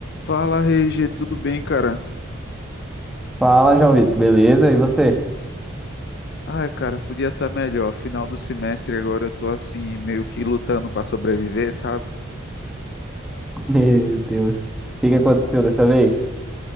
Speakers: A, on the left; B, in the centre.
A: Fala, Reige, tudo bem, cara?
B: Fala, João Vitor, beleza? E você?
A: Ai, cara, podia estar melhor. Final do semestre agora eu tô assim, meio que lutando para sobreviver, sabe?
B: <laughs> Meu Deus, o que que aconteceu dessa vez?